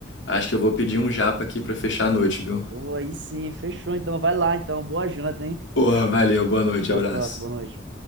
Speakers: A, on the left; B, on the right.
A: Acho que eu vou pedir um japa aqui pra fechar a noite, viu?
B: Pô, aí sim, fechou. Então vai lá, então. Boa janta, hein?
A: Porra, valeu, boa noite,
B: Até
A: abraço.
B: a próxima, boa noite.